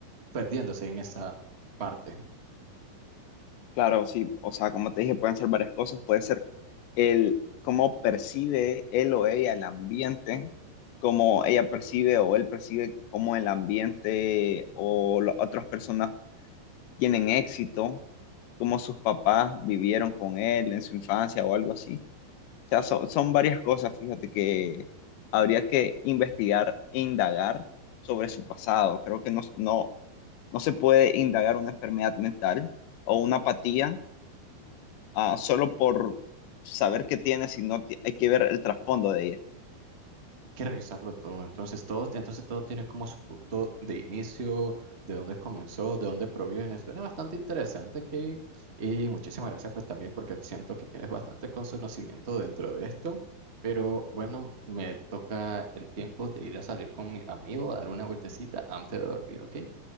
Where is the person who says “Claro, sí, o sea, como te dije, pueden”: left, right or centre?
Left